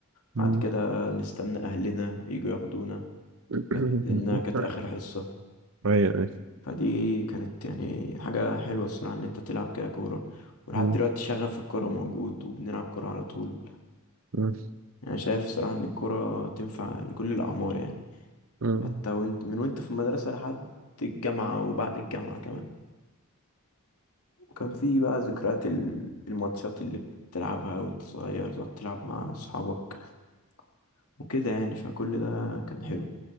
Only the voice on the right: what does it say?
أمم.
<coughs>
أيوة أيوة
أمم
أمم
أمم